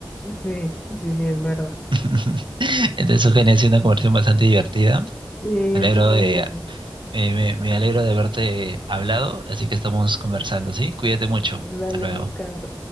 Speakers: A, on the left; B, on the right.
A: Sí, sí, sí, es verdad.
B: <laughs> Entonces, Eugenia, ha sido una conversación bastante divertida.
A: Sí,
B: Me
A: estuvo
B: alegro de,
A: bueno.
B: eh, me, me alegro de haberte hablado, así que estamos conversando, ¿sí? Cuídate mucho.
A: Dale,
B: Hasta luego.
A: descansa.